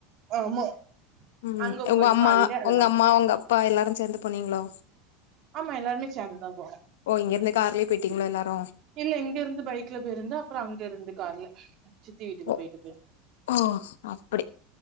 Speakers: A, on the right (about 50°); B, on the left (about 75°).
A: ஆமா
B: ம்
A: அங்க
B: உங்க
A: போய்
B: அம்மா
A: கால்லே அதனா
B: உங்க அம்மா உங்க அப்பா எல்லாரு சேந்து போனீங்களோ
A: ஆமா எல்லாருமே சேந்துதா போனோ
B: ஓ இங்கிருந்து கார்லயே போயிட்டீங்களோ எல்லாரு
A: இல்ல இங்க இருந்து பைக்ல போயிருந்தோ அப்பற அங்க இருந்து கார்ல வீட்டுக்கு
B: ஒ
A: போயிட்டு போயிருந்து
B: ஓ அப்படி